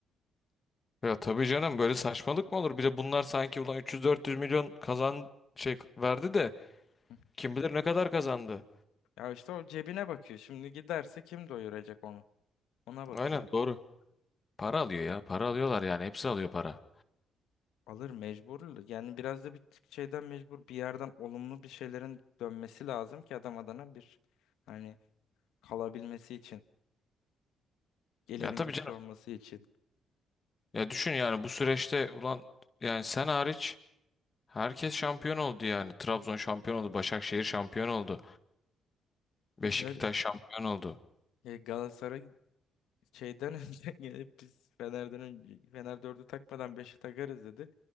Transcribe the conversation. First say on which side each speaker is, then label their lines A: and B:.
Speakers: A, on the left; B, on the left.
A: Ya tabii canım böyle saçmalık mı olur? Bir de bunlar sanki ulan 300-400 milyon kazan şey verdi de
B: Hı.
A: kim bilir ne kadar kazandı.
B: Ya işte o cebine bakıyor. Şimdi giderse kim doyuracak onu? Ona bakıyor.
A: Aynen doğru. Para alıyor ya. Para alıyorlar yani. Hepsi alıyor para.
B: Alır mecbur. Yani biraz da bir tık şeyden mecbur. Bir yerden olumlu bir şeylerin dönmesi lazım ki adam adana bir hani kalabilmesi için. Gelinin
A: Ya tabii
B: güçlü
A: canım.
B: olması için.
A: Ya düşün yani bu süreçte ulan yani sen hariç Herkes şampiyon oldu yani. Trabzon şampiyon oldu, Başakşehir şampiyon oldu, Beşiktaş
B: Yani.
A: şampiyon oldu.
B: E, Galatasaray şeyden <laughs> önce gelip biz Fener'den önce Fener 4'ü takmadan beşi takarız dedi.